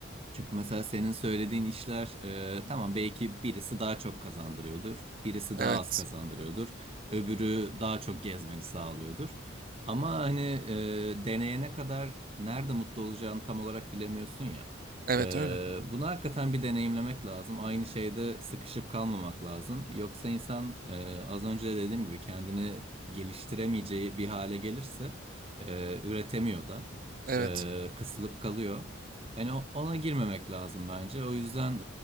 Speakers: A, on the right (about 30°); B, on the right (about 45°).
A: Çünkü mesela senin söylediğin işler e, tamam belki birisi daha çok kazandırıyordur, birisi
B: Evet.
A: daha az kazandırıyordur, öbürü daha çok gezmeni sağlıyordur. Ama hani e, deneyene kadar nerede mutlu olacağını tam olarak bilemiyorsun ya.
B: Evet
A: E,
B: öyle.
A: bunu hakikaten bir deneyimlemek lazım. Aynı şeyde sıkışıp kalmamak lazım. Yoksa insan e, az önce de dediğim gibi kendini geliştiremeyeceği bir hale gelirse e, üretemiyor da,
B: Evet.
A: e, kısılıp kalıyor. Yani o- ona girmemek lazım bence. O yüzden